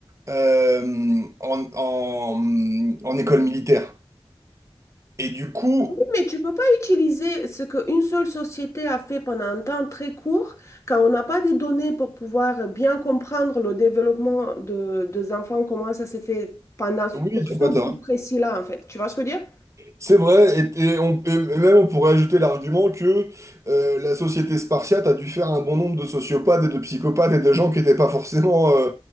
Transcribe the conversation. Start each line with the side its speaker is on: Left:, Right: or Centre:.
Right: euh, en, en, en école militaire. Et du coup,
Left: Oui, Mais tu peux pas utiliser ce qu'une seule société a fait pendant un temps très court quand on n'a pas des données pour pouvoir bien comprendre le développement de, des enfants, comment ça s'est fait pendant,
Right: oui,
Left: pour
Right: t'as
Left: ce
Right: pas
Left: groupe
Right: tort.
Left: précis-là, en fait. Tu vois ce que je veux dire?
Right: C'est vrai, et, et on, et même on pourrait ajouter l'argument que euh, la société spartiate a dû faire un bon nombre de sociopathes et de psychopathes et de gens qui n'étaient pas forcément euh,